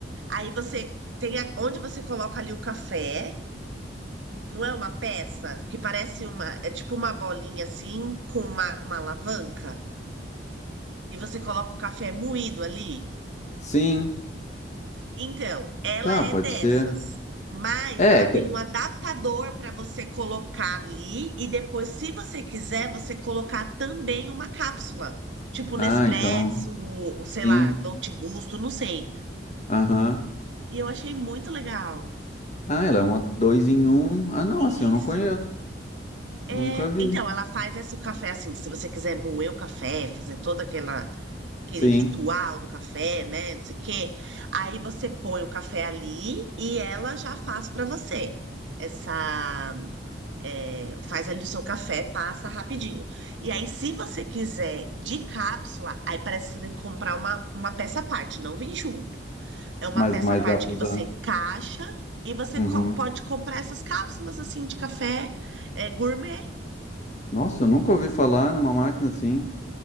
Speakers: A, on the right; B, on the left.
A: Aí você tem a- onde você coloca ali o café, não é uma peça que parece uma, é tipo uma bolinha assim com uma, uma alavanca e você coloca o café moído ali.
B: Sim.
A: Então, ela
B: Tá,
A: é
B: pode
A: dessas,
B: ser.
A: mas
B: É.
A: ela
B: é que-
A: tem um adaptador para você colocar ali e depois, se você quiser, você colocar também uma cápsula, tipo
B: Ah,
A: Nespresso,
B: então.
A: ou sei
B: Sim.
A: lá, Dolce Gusto, não sei.
B: Aham.
A: E eu achei muito legal.
B: Ah, ela é uma dois em um. Ah, não,
A: Isso.
B: assim, eu não conheço.
A: É,
B: Nunca vi.
A: então, ela faz esse café assim, se você quiser moer o café, fazer todo aquela, aquele
B: Sim.
A: ritual do café, né, não sei o quê, aí você põe o café ali e ela já faz para você essa É, faz ali o seu café, passa rapidinho. E aí, se você quiser de cápsula, aí parece que você tem que comprar uma, uma peça à parte, não vem junto. É uma
B: Mas,
A: peça
B: mas
A: à parte
B: dá pra
A: que
B: usar.
A: você encaixa e você
B: Uhum.
A: co- pode comprar essas cápsulas assim de café é, gourmet.
B: Nossa, eu nunca ouvi falar numa máquina assim.